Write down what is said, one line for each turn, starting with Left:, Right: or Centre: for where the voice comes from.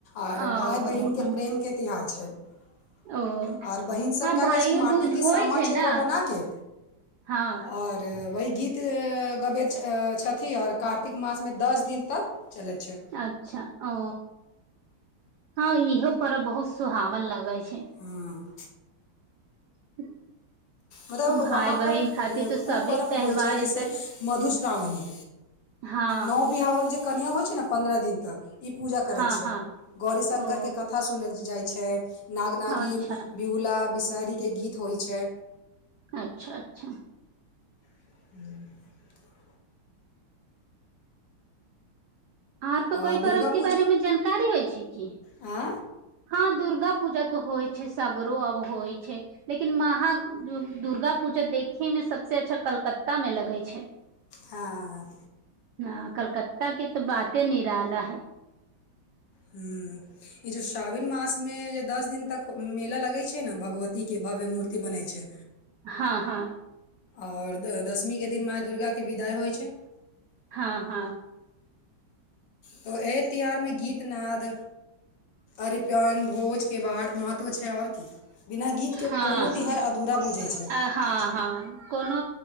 Left: आर
Right: ओ
Left: भाई
Right: हो,
Left: बहिन के प्रेम के तिहार छै आ
Right: ओ
Left: बहिन सब
Right: हँ
Left: का
Right: भाइयो
Left: करैयै छैय माटी
Right: दूज
Left: के
Right: होइ
Left: सामा
Right: छै
Left: चेकबा
Right: ने
Left: बना के
Right: हँ
Left: और वही गीत गबैत छथि ओर कार्तिक मासमे दस दिन तक चलै छै
Right: अच्छा औ हँ इहो पर्व बहुत सुहावन लगै छै
Left: हँ
Right: <inaudible>
Left: वहाँ
Right: भाय बहिन
Left: पर
Right: खातिर तऽ
Left: खूब
Right: सभे
Left: परब
Right: त्यौहार
Left: होइ छै जैसे
Right: ई सब
Left: मधुश्राबनी
Right: हँ
Left: नब विहाओल जे कनिया हो छै ने पन्द्रह दिन तक ई पूजा करैत
Right: हँ
Left: छै
Right: हँ
Left: गौरी शंकर
Right: ओ
Left: के कथा सुनल जाइत छैय नाग नाागिन
Right: अच्छा
Left: बिहुला बिस शहरी के गीत होइत छै
Right: अच्छा अच्छा
Left: <inaudible>
Right: आर त
Left: आ
Right: कोइ पर्व
Left: दुर्गा
Right: के
Left: पूजा
Right: बारे मे जानकारी होइ छै की
Left: आ
Right: हँ दुर्गा पूजा त होइ छै सगरो आब होइ छै लेकिन महाँ दुर्गा पूजा देखने मे स सबसँ अच्छा कलकत्ता में लगै छै
Left: हँ
Right: ह कलकत्ता के तऽ बाते निराला है
Left: ह ई जे श्रावण मास मे जे दस दिन तक मेला लगैत छै ने भगवती ती के भव्य मूर्ति बनै छै
Right: हँ हँ
Left: ओर द दशमीके दिन माय दुर्गाके विदाइ होइ छै
Right: हँ हँ
Left: तऽ एहि त्यौहार मे गीतनाद अरिपन भोजके बाड महत्व छै आओर की बिना गीतके
Right: हँ
Left: कोनो
Right: ह
Left: तिहार अधूरा बुझै छै
Right: हँ हँ कोनो